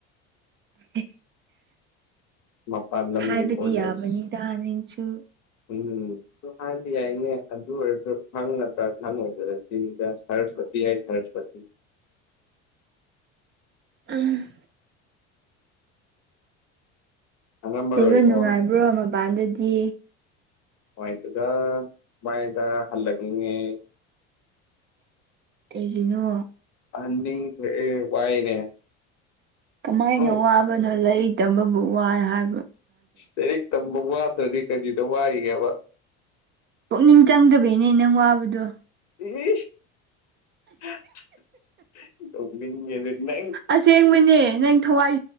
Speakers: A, on the right (about 35°); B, on the left (about 55°).
A: <unintelligible>
B: ꯃꯄꯥꯟ ꯂꯝꯒꯤ
A: ꯍꯥꯏꯕꯗꯤ
B: ꯀꯣꯂꯦꯖ
A: ꯌꯥꯕꯅꯤꯗ ꯅꯪꯁꯨ
B: ꯎꯝ ꯑꯗꯨ ꯍꯥꯟꯗꯤ ꯌꯥꯏꯅꯦ ꯑꯗꯨ ꯑꯣꯏꯔꯁꯨ ꯈꯪꯗ꯭ꯔ ꯈꯪꯉꯣꯏꯗ ꯁꯤꯗ ꯁꯔꯁꯄꯇꯤ ꯌꯥꯏ ꯁꯔꯁꯄꯇꯤ
A: ꯎꯝ
B: ꯈꯪꯉꯝꯃꯔꯣꯏꯀꯣ
A: ꯇꯕ ꯅꯨꯡꯉꯥꯏꯕ꯭ꯔꯣ ꯃꯄꯥꯟꯗꯗꯤ
B: ꯃꯥꯏ ꯇꯒ ꯃꯗ ꯍꯜꯂꯒꯤꯉꯦ
A: ꯀꯩꯒꯤꯅꯣ
B: ꯑꯗꯤ ꯋꯥꯏꯅꯦ
A: ꯀꯃꯥꯏꯅ
B: ꯅꯣꯏ
A: ꯋꯥꯕꯅꯣ ꯂꯥꯏꯔꯤꯛ ꯇꯝꯕꯕꯨ ꯋꯥ ꯍꯥꯏꯕꯣ
B: ꯂꯥꯏꯔꯤꯛ ꯇꯝꯕ ꯋꯥꯠꯇ꯭ꯔꯗꯤ ꯀꯔꯤꯗ ꯋꯥꯏꯒꯦꯕ
A: ꯄꯨꯛꯅꯤꯡ ꯆꯪꯗꯕꯩꯅꯦ ꯅꯪ ꯋꯥꯕꯗꯣ
B: ꯌꯦꯅ
A: ꯑꯁꯦꯡꯕꯅꯦ ꯅꯪ ꯊꯋꯥꯏ